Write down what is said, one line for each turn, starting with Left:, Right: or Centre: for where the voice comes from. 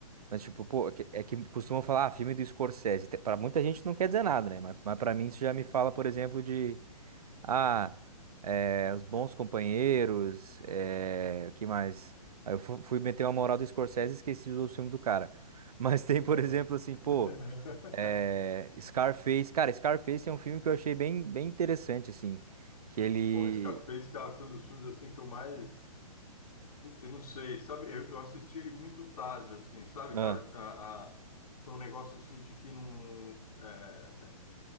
Right: Mas, tipo, pô, é que, é que costumam falar, ah, filme do Scorsese. Te- Pra muita gente não quer dizer nada, né? Mas, mas pra mim isso já me fala, por exemplo, de. Ah, é, Os Bons Companheiros. É, o que mais? Aí eu fu- fui meter uma moral do Scorsese e esqueci os outros filmes do cara. <laughs> Mas tem, por
Left: Aham.
Right: exemplo, assim, pô.
Left: <laughs>
Right: É, Scarface, cara, Scarface é um filme que eu achei bem, bem interessante, assim, que ele...
Left: Porra, Scarface, cara, foi um dos filmes assim que eu mais. Puta, eu não sei, sabe? Eu, eu assisti ele muito tarde, assim, sabe,
Right: Ah,
Left: cara? A, a- Foi um negócio assim de que não. é,